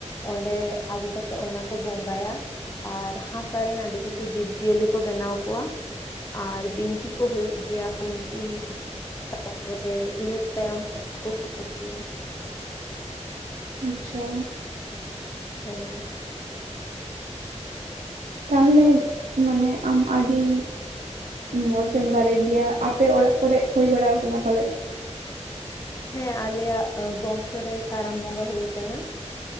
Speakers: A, on the left; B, on the right.
A: ᱚᱸᱰᱮ ᱟᱹᱜᱩ ᱠᱟᱛᱮ ᱚᱱᱟ ᱠᱚ ᱵᱚᱸᱜᱟᱭᱟ ᱟᱨ ᱦᱟᱥᱟ ᱨᱮᱱᱟᱜ ᱟᱹᱰᱤ ᱠᱤᱪᱷᱩ ᱡᱤᱵᱽ ᱡᱤᱭᱟᱹᱞᱤ ᱠᱚ ᱵᱮᱱᱟᱣ ᱠᱚᱣᱟ ᱟᱨ ᱵᱤᱱᱛᱤ ᱠᱚ ᱦᱩᱭᱩᱜ ᱜᱮᱭᱟ ᱵᱤᱱᱛᱤ ᱛᱟᱨᱯᱚᱨᱮ ᱤᱱᱟᱹ ᱛᱟᱭᱚᱢ ᱮᱡᱭᱟ
B: ᱟᱪᱪᱷᱟ
A: ᱦᱳᱭ
B: ᱛᱟᱦᱚᱞᱮ ᱢᱟᱱᱮ ᱟᱢ ᱟᱹᱰᱤ ᱢᱚᱸᱡᱪᱮᱢ ᱵᱟᱲᱟᱭ ᱜᱮᱭᱟ ᱟᱯᱮ ᱚᱲᱟᱜ ᱠᱚᱨᱮ ᱦᱩᱭ ᱵᱟᱲᱟ ᱟᱠᱟᱱᱟ ᱯᱟᱞᱮᱫ
A: ᱦᱮᱸ ᱟᱞᱮᱭᱟᱜ ᱵᱚᱝᱥᱚ ᱨᱮ ᱠᱟᱨᱟᱢ ᱵᱚᱸᱜᱟ ᱦᱩᱭ ᱟᱠᱟᱱᱟ